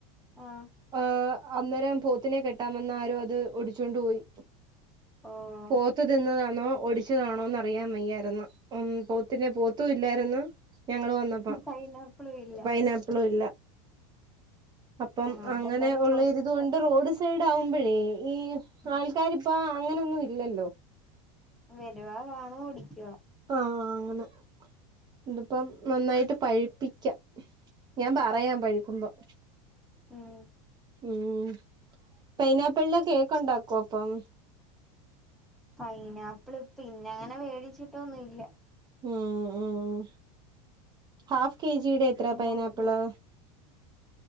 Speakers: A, in the centre; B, on the right.
A: ആഹ്
B: ആഹ് അന്നേരം പോത്തിനെ കെട്ടാ വന്ന ആരോ അത്. ഒടിച്ചൊണ്ട് പോയി
A: ഓഹ്
B: പോത്ത് തിന്നതാണോ ഒടിച്ചതാണോന്ന്. അറിയാൻ വയ്യായിരുന്നു ഉം പോത്തിനെ പോത്തും ഇല്ലായിരുന്നു ഞങ്ങള് വന്നപ്പം.
A: പൈനാപ്പിളും. ഇല്ല
B: പൈനാപ്പിളും ഇല്ല. അപ്പം
A: ആഹ് അതെന്തായാലും
B: അങ്ങനെ ഉള്ളരിത്
A: ചോയിച്ചിട്ട്
B: കൊണ്ട് റോഡ് സൈഡ് ആവുമ്പോഴേ ഈ
A: ഉം
B: ആൾക്കാര്. ഇപ്പ അങ്ങനെയൊന്നും ഇല്ലല്ലോ.
A: വരുവാ കാണുക ഒടിക്കുവാ.
B: ആഹ് അങ്ങനെ ഇതിപ്പം നന്നായിട്ട്. പഴുപ്പിക്കാം ഞാൻ പറയാം പഴു കുന്തം
A: ഉം
B: ഉം പൈനാപ്പിളിന്റെ കേക്ക് ഉണ്ടാക്കാം. കോപ്പം.
A: പൈനാപ്പിള് പിന്നെ അങ്ങനെ മേടിച്ചിട്ടൊന്നുമില്ല.
B: ഉം ഉം ഹാഫ് കെ ജിയുടെ എത്ര
A: ഉണ്ടാക്കണം
B: പൈനാപ്പിള്.